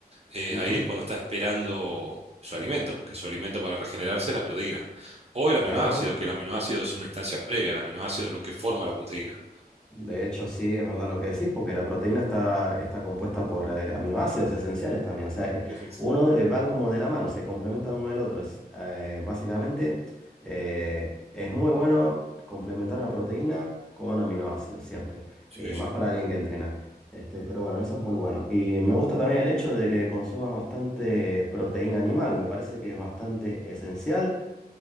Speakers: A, on the right (about 40°); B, in the centre.
A: eh,
B: Ujú,
A: ahí es cuando está esperando su alimento, que su alimento para regenerarse es la proteína. O el aminoácido,
B: claro.
A: que el aminoácido es una instancia previa, el aminoácido es lo que forma la proteína.
B: De hecho, sí, es verdad lo que decís, porque la proteína está, está compuesta por eh, aminoácidos esenciales también. O sea, eh,
A: Sí, sí.
B: uno eh, van como de la mano, se complementan uno al otro. Es, eh, básicamente, eh, es muy bueno complementar la proteína con aminoácidos siempre. Y
A: Sí, sí.
B: más para alguien que entrena. Este, pero bueno, eso es muy bueno. Y me gusta también el hecho de que consumas bastante proteína animal. Me parece que es bastante esencial